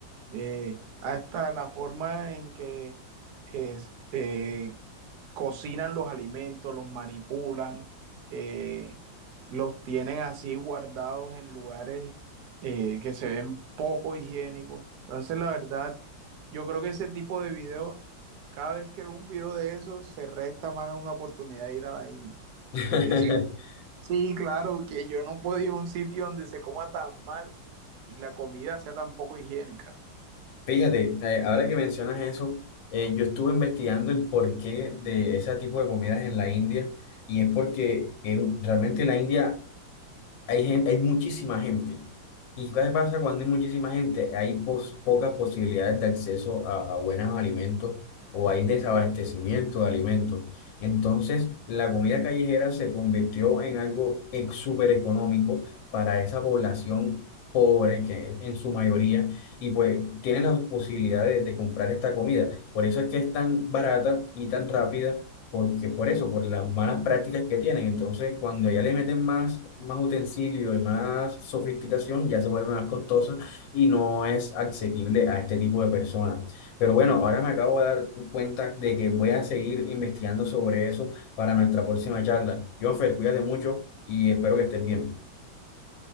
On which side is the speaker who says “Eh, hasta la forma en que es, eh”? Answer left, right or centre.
Right